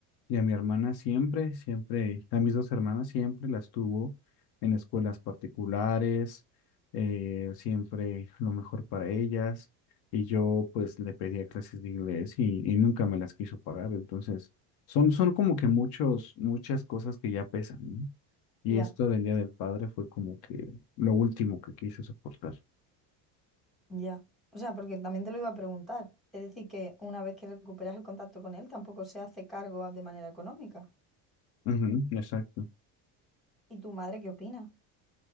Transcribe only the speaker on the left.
y a mi hermana siempre, siempre, a mis dos hermanas siempre las tuvo en escuelas particulares, eh, siempre lo mejor para ellas, y yo pues le pedía clases de inglés y, y nunca me las quiso pagar, entonces son, son como que muchos, muchas cosas que ya pesan, ¿no? Y
esto del Día del Padre fue como que lo último que quise soportar.
Ujú, exacto.